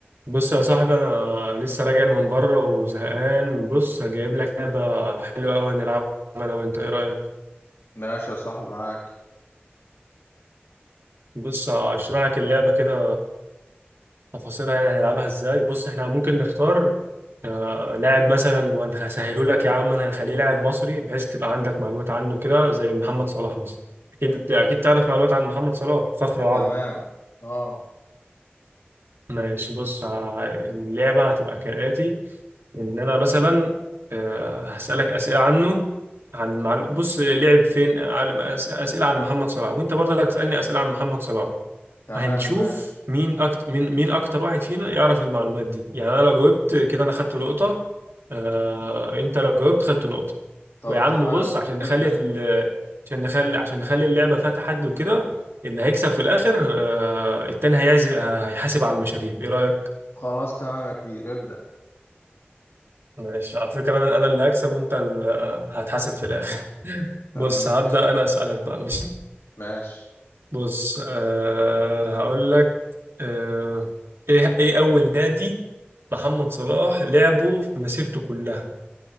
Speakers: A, on the right (about 75°); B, on the left (about 85°).
A: بص يا صاحبي انا لسه راجع من بره وزهقان بص هجيب لك لعبه حلوه قوي هنلعبها انا وانت ايه رايك
B: ماشي يا صاحبي معاك
A: بص هشرح لك اللعبه كده تفاصيلها يعني هنلعبها ازاي بص احنا ممكن نختار آه، لاعب مثلا وهسهله لك يا عم انا هنخليه لاعب مصري بحيث تبقى عندك معلومات عنه كده زي محمد صلاح مثلا اكيد اكيد تعرف معلومات عن محمد صلاح فخر العرب
B: تمام اه
A: ماشي بص ه- اللعبه هتبقى كالاتي ان انا مثلا آه، هسالك اسئله عنه عن مع- بص لعب فين على- أس- اسئله عن محمد صلاح وانت برضه هتسالني اسئله عن محمد صلاح
B: تمام
A: هنشوف
B: ماشي
A: مين اكتر مين مين اكتر واحد فينا يعرف المعلومات دي يعني انا لو جاوبت كده انا خدت نقطه آه، انت لو جاوبت خدت نقطه
B: طب
A: ويا عم
B: تمام
A: بص عشان نخلي
B: ابدأ
A: ال- عشان نخلي عشان نخلي اللعبه فيها تحدي وكده اللي هيكسب في الاخر آه، التاني هيعزم هيحاسب على المشاريب ايه رايك
B: خلاص تمام يا كبير ابدأ
A: ماشي على فكرة أنا أنا اللي هكسب وأنت اللي هتحاسب في الآخر <laughs>
B: طب
A: بص
B: ماشي
A: هبدأ أنا أسألك بقى ماشي
B: ماشي
A: بص أه هقول لك أه إيه إيه أول نادي محمد صلاح لعبه في مسيرته كلها